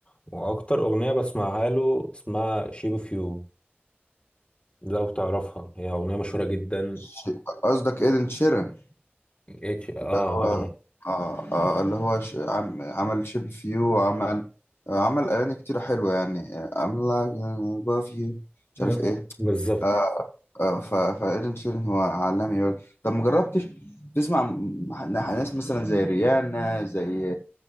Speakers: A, on the left (about 30°); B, on the left (about 70°).
A: واكتر اغنيه بسمعها له اسمها شيب اوف يو لو تعرفها هي اغنيه مشهوره جدا
B: ش- قصدك ايدن شيران
A: اتش اه
B: اللي هو
A: هاي
B: آه آه اللي هو ش... عم... عمل شيب اوف يو وعمل آه عمل أغاني كتيرة حلوة يعني آه، I'm like I love you مش
A: ب-
B: عارف ايه
A: بالظبط
B: آه آه ف... فإيدن شيرين هو عالمي برضه. طب مجربتش تسمع م- ح- ناس مثلا زي ريانا زي